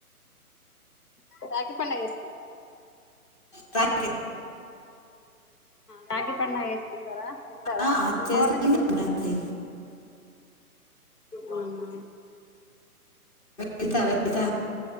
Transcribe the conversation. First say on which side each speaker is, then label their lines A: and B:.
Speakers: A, on the left; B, on the left.
A: రాగి పండుగ చేసుకుంటావా
B: దక
A: తాకీ పవే ఉంటారా ఎంతారా
B: ఆ,
A: అమ్మవారింటికి
B: చేసుకుంటాం రాఖీ
A: అవునా
B: వెళ్తా వెళ్త